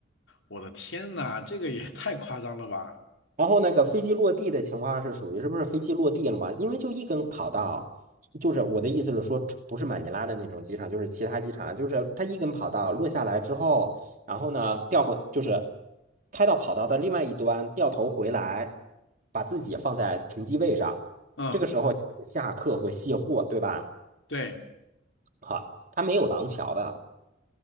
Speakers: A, on the left; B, on the right.
A: 我的天呐，这个也太夸张了吧？
B: 然后那个飞机落地的情况是属于是不是飞机落地了嘛？因为就一根跑道，就是我的意思是说，不是马尼拉的那种机场，就是其他机场，就是它一根跑道落下来之后，然后呢掉过就是开到跑道的另外一端，掉头回来，把自己放在停机位上，
A: 嗯，
B: 这个时候下客和卸货，对吧？
A: 对。
B: 好，它没有廊桥的，